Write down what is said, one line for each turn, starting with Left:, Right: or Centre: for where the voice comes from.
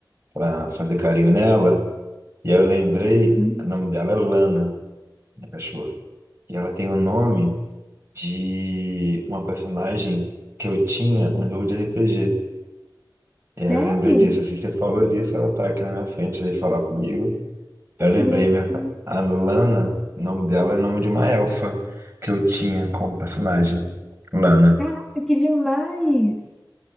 Right: pra fazer carinho nela, e aí eu lembrei,
Centre: Hum.
Right: o nome dela é Lana, minha cachorra. E ela tem o nome de uma personagem que eu tinha num jogo de RPG. E aí
Centre: Sério?
Right: eu lembrei disso, assim, você falou disso, ela tá aqui na minha frente, veio falar comigo. Eu
Centre: Ai,
Right: lembrei,
Centre: que gracinha.
Right: a minha, ca- a Lana, o nome dela é o nome de uma elfa que eu tinha como personagem, Lana.
Centre: Caraca, que demais!